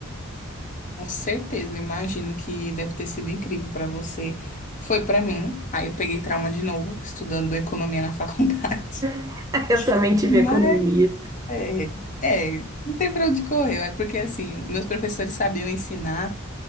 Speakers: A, on the left; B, on the right.
A: com certeza. Eu imagino que deve ter sido incrível para você. Foi para mim. Aí eu peguei trauma de novo, estudando economia na faculdade.
B: <laughs> Eu também
A: <laughs>
B: tive
A: Mas
B: economia.
A: É, é, não tem pra onde correr, é porque assim, meus professores sabiam ensinar,